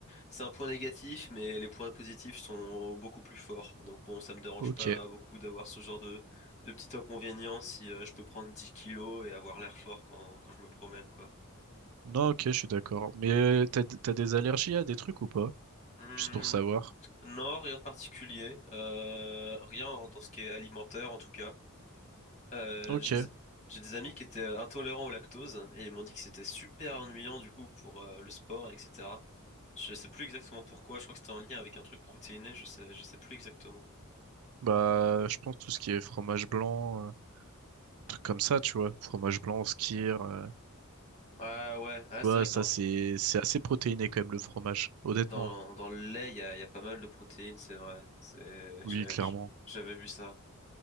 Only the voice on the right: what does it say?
ok.
Non, ok, je suis d'accord. Mais euh, t'as, t'as des allergies à des trucs ou pas?
Juste pour savoir.
Ok,
bah, je pense tout ce qui est fromage blanc, euh, trucs comme ça, tu vois. Fromage blanc, skyr, euh,
tu vois,
ça,
c'est, c'est assez protéiné quand même, le fromage, honnêtement.
Oui,
clairement.